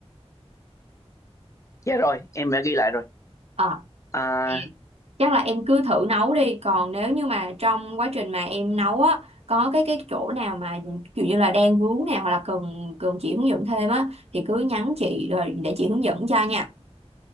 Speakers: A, on the left (about 30°); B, on the right (about 70°).
A: Dạ rồi, em đã ghi lại rồi.
B: Ờ,
A: À,
B: thì chắc là em cứ thử nấu đi còn nếu như mà trong quá trình mà em nấu á có cái cái chỗ nào mà kiểu như là đang vướng nào hoặc là cần cần chị hướng dẫn thêm á thì cứ nhắn chị rồi để chị hướng dẫn cho nha